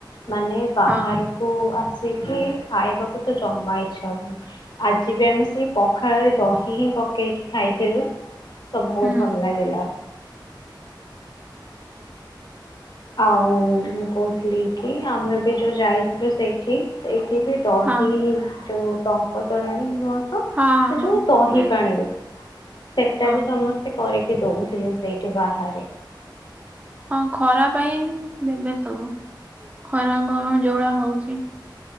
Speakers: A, on the left; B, on the right.
A: ମାନେ ବାହାରୁକୁ
B: ହଁ
A: ଆସିକି ଖାଇବାକୁ ତ ଜମା ଇଚ୍ଛା ହୋଉନି। ଆଜି ବି ଆମେ ସେଇ ପଖାଳରେ ଦହି ହିଁ ପକେଇକି ଖାଇଥିଲୁ। ତ ବହୁତ
B: ହୁଁ
A: ଭଲ ଲାଗିଲା। ଆଉ ମୁଁ କହୁଥିଲି କି ଆମେ ବି ଯୋଉ ଯାଇଥିଲୁ ସେଇଠି, ଏଇଠି ବି ଦହି
B: ହଁ
A: ଯୋଉ ଟଙ୍କ ତୋରାଣି ନୁହଁ ତ
B: ହଁ
A: ସେ
B: ହଁ
A: ଯୋଉ ଦହି
B: ମିଳେ
A: ପାଣି ରେ ସେଟ
B: ହଁ
A: ବି ସମସ୍ ସେ କରିକି ଦଉଥିଲେ ସେଇଠି ବାହାରେ।
B: ହଁ ଖରା ପାଇଁ ଦେବେ ସବୁ। ଖରା ଗରମ ଯୋଉ ଭଳିଆ ହଉଛି।